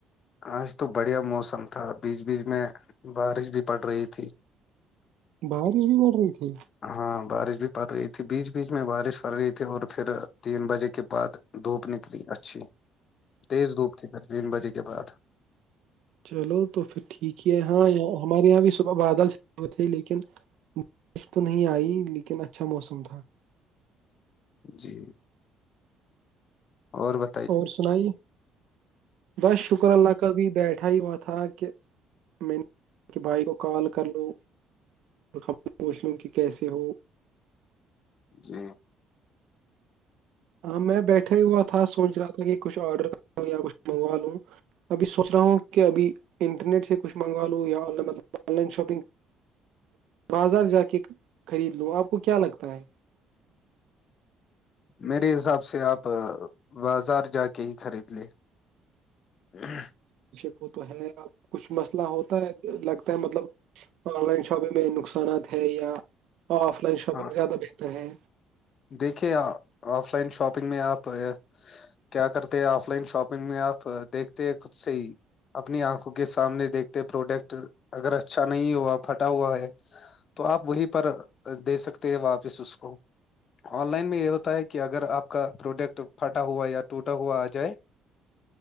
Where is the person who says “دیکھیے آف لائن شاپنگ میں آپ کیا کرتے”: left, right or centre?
Left